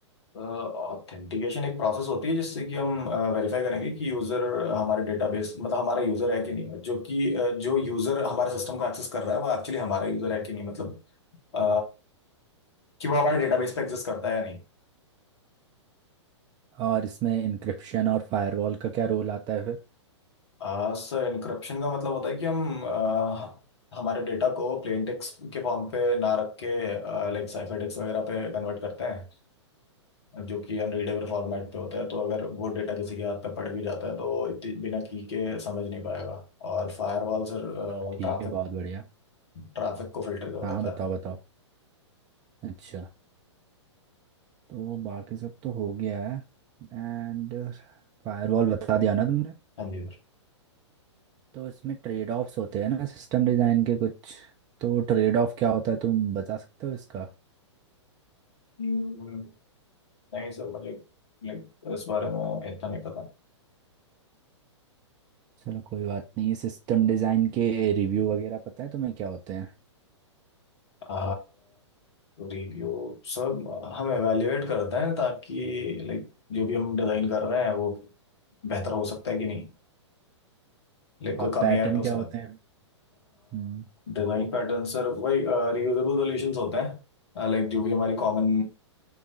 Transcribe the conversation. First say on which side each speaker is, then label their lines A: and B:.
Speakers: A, on the left; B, on the right.
A: ऑथेंटिकेशन एक प्रोसेस होती है जिससे कि हम वेरीफाई करेंगे कि यूजर हमारे डेटाबेस मतलब हमारा यूजर है कि नहीं जो कि अ, जो यूजर हमारे सिस्टम को एक्सेस कर रहा है वो एक्चुअली हमारा यूजर है कि नहीं मतलब अ, कि वो हमारे डेटाबेस पे एक्सेस करता है या नहीं
B: और इसमें इंक्रिप्शन और फायरवॉल का क्या रोल आता है फिर
A: आ, सर इनक्रप्शन का मतलब होता है कि हम आ, हमारे डेटा को प्लेन टेक्स्ट के फॉर्म पे ना रख के लाइक साइफर टेक्स्ट वगैरह पे कन्वर्ट करते हैं जो कि अनरीडेबल फॉर्मेट पे होता है तो अगर वो डेटा किसी के हाथ पे पड़ भी जाता है तो वो इतनी- बिना की के समझ नहीं पाएगा और फायरवॉल सर
B: ठीक
A: ट्रैफिक
B: है बहुत बढ़िया
A: ट्रैफिक को फिल्टर कर
B: हाँ
A: देता
B: हाँ, बताओ
A: है
B: बताओ अच्छा तो बाकी सब तो हो गया है एंड फायरवॉल बता दिया ना तुमने
A: हाँ जी सर
B: तो इसमें ट्रेड ऑफ्स होते हैं ना सिस्टम डिज़ाइन के कुछ तो ट्रेड ऑफ क्या होता है तुम बता सकते हो इसका
A: हम्म, नहीं सर मुझे लाइक इस बारे में इतना नहीं पता
B: चलो कोई बात नहीं सिस्टम डिज़ाइन के रिव्यू वगैरह पता है तुम्हें क्या होते हैं
A: आ, रिव्यू सब हम एवेल्युएट करते हैं ताकि लाइक जो भी हम डिजाइन कर रहे हैं वो बेहतर हो सकता है कि नहीं लाइक
B: और
A: कोई कमी
B: पैटर्न
A: है तो
B: क्या
A: सर
B: होते हैं हम्म,
A: डिजाइन पैटर्न सर वही रियूजेबल सॉल्यूशंस होते हैं लाइक जो भी हमारी कॉमन